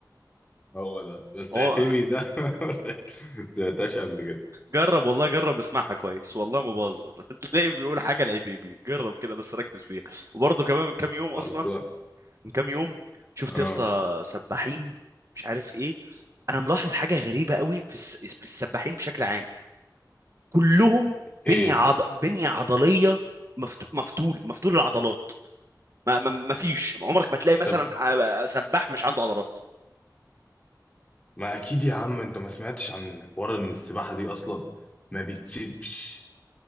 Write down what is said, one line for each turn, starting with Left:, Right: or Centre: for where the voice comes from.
Left: هو ده بس
Right: هو
Left: اعتبي ده <laughs> ما سمعتهاش قبل كده
Right: جرب والله جرب اسمعها كويس والله ما بهزر <laughs> تلاقي بيقول حاجه العتيبي جرب كده بس ركز فيها وبرضه كمان من كام يوم اصلا
Left: خلصان
Right: من كام يوم شفت
Left: اه
Right: يا اسطى سباحين مش عارف ايه انا ملاحظ حاجه غريبه قوي في الس- في السباحين بشكل عام كلهم
Left: ايه
Right: بنيه عض... بنيه عضليه مفتو... مفتول مفتول العضلات ما... ما... ما فيش عمرك ما تلاقي مثلا
Left: طب
Right: ع- سباح مش عنده عضلات
Left: ما اكيد يا عم انت ما سمعتش عن حوار ان السباحه دي اصلا ما بتسيبش